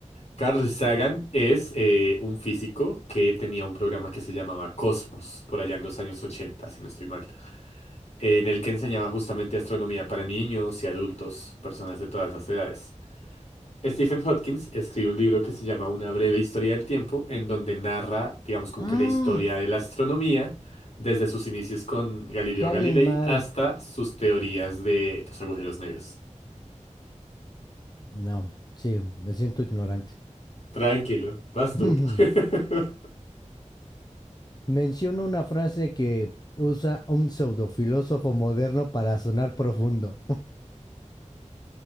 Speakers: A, on the left; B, on the left.
A: Carl Sagan es eh, un físico que tenía un programa que se llamaba Cosmos, por allá en los años 80, si no estoy mal, en el que enseñaba justamente astronomía para niños y adultos, personas de todas las edades. Stephen Hawking escribe un libro que se llama Una breve historia del tiempo, en donde narra, digamos, como
B: Mm,
A: que la historia de la astronomía, desde sus inicios con Galileo
B: qué animal.
A: Galilei hasta sus teorías de los agujeros negros.
B: No, sí, me siento ignorante.
A: Tranquilo, vas
B: <laughs>
A: tú. <laughs>
B: Menciono una frase que usa un pseudofilósofo moderno para sonar profundo.